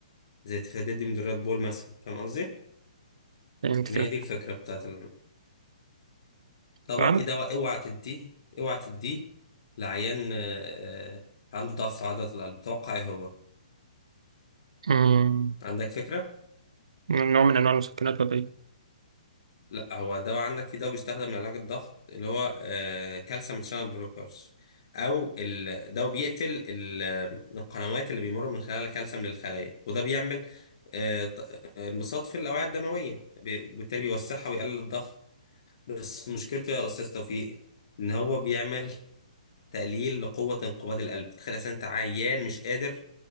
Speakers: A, on the left (about 50°); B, on the right (about 55°).
A: زي تفادي من الريد بول مثلا فاهم قصدي
B: فهمت
A: ان
B: كده
A: هي دي الفكره بتاعت ال... طبعا
B: طبعا
A: في دواء اوعى تديه اوعى تديه لعيان آه آه، عنده ضعف في عضله القلب توقع ايه هو
B: مم،
A: عندك فكره
B: نوع من أنواع المسكنات ولا إيه؟
A: لا هو دواء عندك في دواء بيستخدم لعلاج الضغط اللي هو آه، كالسيوم شانل بلوكرز او ال- ده بيقفل ال- القنوات اللي بيمر من خلالها الكالسيوم للخلايا وده بيعمل آه، ط- انبساط في الاوعيه الدمويه ب- بالتالي بيوسعها ويقلل الضغط بس مشكلته يا استاذ توفيق ان هو بيعمل تقليل لقوه انقباض القلب تخيل اصلا انت عيان مش قادر